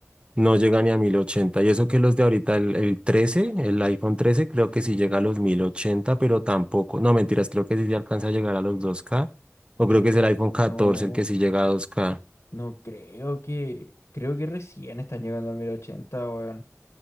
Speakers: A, on the right; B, on the left.
A: no llega ni a mil ochenta Y eso que los de ahorita, el, el trece el iPhone 13 creo que sí llega a los 1080 pero tampoco. No, mentiras, creo que sí ya alcanza a llegar a los dos k O
B: No,
A: creo que es el iPhone 14
B: no,
A: el que sí llega a dos k
B: no creo que, creo que recién están llegando a 1080, weón.